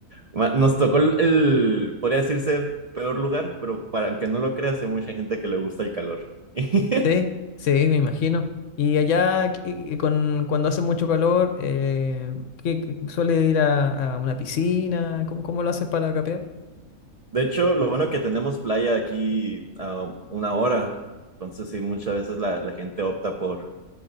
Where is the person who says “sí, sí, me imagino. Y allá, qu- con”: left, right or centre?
Left